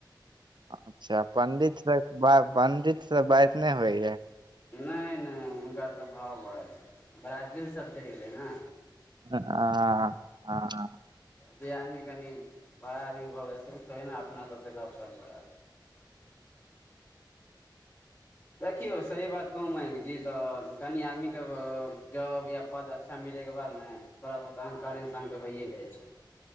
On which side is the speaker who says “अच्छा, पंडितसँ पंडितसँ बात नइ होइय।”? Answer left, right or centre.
Right